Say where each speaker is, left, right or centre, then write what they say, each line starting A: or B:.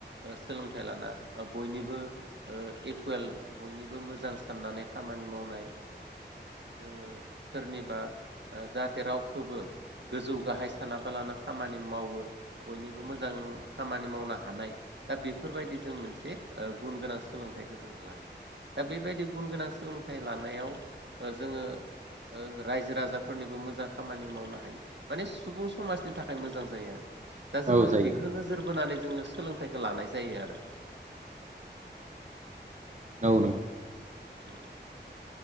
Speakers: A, on the right; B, on the right.
A: सोलों फिथाइ लाना ओ बयनिबो इकुवेल बयनिबो मोजां साननानै खामानि मावनाय जोङो सोरनिबा जाहाथे रावखौबो गोजौ गाहाय सानाबालानो खामानि मावो बयनिबो मोजां खामानि मावनो हानाय दा बे बेफोरबायदि जों मोनसे गुन गोनां सोलोंथाइखौ जोङो लायो दा बेबायदि गुन गोनां सोलोंथाइ लानायाव जोङो ज रायजो राजाफोरनिबो मोजां खामानि मावनो हायो माने सुबुं समाजनि थाखाय मोजां जायो आरो दा जोङो
B: औ जायो
A: बेखौ नोजोर बोनानै जोङो सोलोंथाइखो लानाय जायो आरो
B: नंगौ नंगौ
A: उ